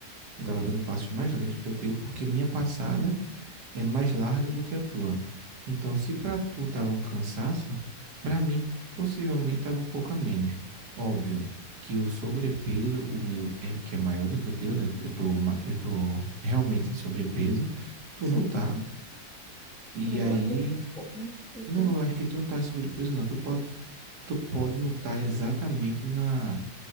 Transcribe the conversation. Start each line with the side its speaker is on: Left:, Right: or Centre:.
Right: Eu tava dando passos mais lentos que o teu, porque minha passada é mais larga do que a tua. Então, se para tu tava um cansaço, para mim possivelmente estava um pouco a menos. Óbvio que o sobrepeso, o meu, é, que é maior do que o teu, né? Eu tô, ma- eu tô realmente em sobrepeso, tu
Centre: sim.
Right: não tá. E
Centre: Não, eu
Right: aí,
Centre: ainda tô um pouco, né? Eu
Right: não,
Centre: tô um pouco
Right: eu acho que tu não tá em sobrepeso, não. Tu pode, tu pode não estar exatamente na